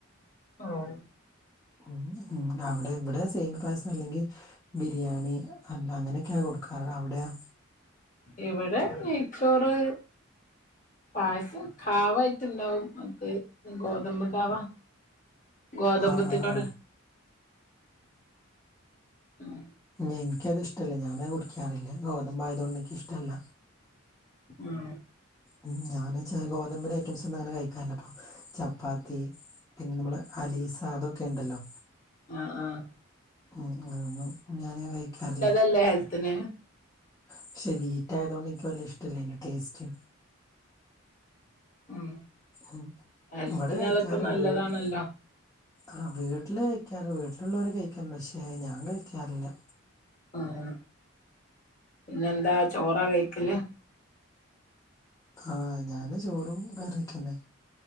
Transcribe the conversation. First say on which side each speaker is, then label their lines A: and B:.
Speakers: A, on the left; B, on the left.
A: ഓഹോ
B: ഉം ഉം അവടെവ്ടെ സെമ്യേ പായസല്ലെങ്കി ബിരിയാണി അല്ല അങ്ങനക്കെയ്യാ കൊടുക്കാറ് അവ്ടെയോ?
A: ഇവ്ടെ നെയ്ച്ചോറ് പായസം കാവായിട്ട്ണ്ടാവും മറ്റേ ഗോതമ്പ് കാവാ ഗോതമ്പത്ത്
B: ആഹ് ആഹ്
A: നോട്
B: ആഹ്
A: ഉം
B: ഇൻക്കതിഷ്ടല്ല ഞാനത് കുടിക്കാറില്ല ഗോതമ്പായതോണ്ടെക്കിഷ്ട്ടല്ല
A: ഉം
B: ഉം ഞാന്ച്ചാ ഗോതബിന്റഅയ്റ്റംസ് അങ്ങെനെ കയ്ക്കാറില്ലപ്പം ചപ്പാത്തി പിന്നെ നമ്മള് അലീസാ അതൊക്കേണ്ടല്ലോ
A: ആഹ് ആഹ്
B: ഉം ഇങ്ങനൊന്നും ഞാന് കയ്ക്കാറില്ല
A: എല്ലേ ഹെൽത്തിന്
B: പക്ഷെ വീറ്റായതോണ്ട് എനിക്ക് വല്ലെ ഇഷ്ടല്ല അയ്ന്റെ ടേസ്റ്റ്
A: ഉം
B: ഉം
A: ഹെൽത്തിന്
B: ഇവിടെ കഴിക്കാറുണ്ട്
A: അതൊക്കെ നല്ലെതാണല്ലോ?
B: വീട്ട് ആ വീട്ടില് കഴിക്കാറ് വീട്ടിലുള്ളോവര് കഴിക്കാറുണ്ട് പക്ഷെ ഞാൻ കഴിക്കാറില്ല.
A: ആഹ് പിന്നെ എന്താ ചോറാ കഴിക്കല്.
B: ആഹ് ഞാന് ചോറും കറിയക്കന്നേ